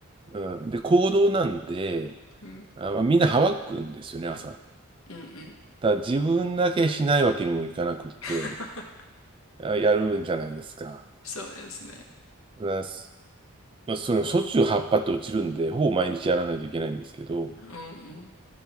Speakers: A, on the right (about 20°); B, on the left (about 65°).
A: うん、で、公道なんで、
B: うん。
A: あ、まあみんなはわくんですよね、朝。
B: うんうん。
A: だから自分だけしないわけにもいかなくって、
B: <laughs>
A: あやるんじゃないですか。
B: そうですね。
A: だからすまあ、それもしょっちゅう葉っぱって落ちるんで、ほぼ毎日やらないといけないんですけど、
B: うんうん。